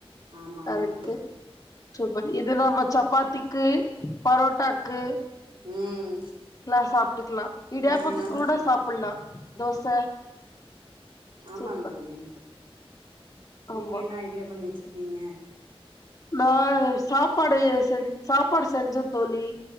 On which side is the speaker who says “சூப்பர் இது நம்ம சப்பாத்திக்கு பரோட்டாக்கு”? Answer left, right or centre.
Left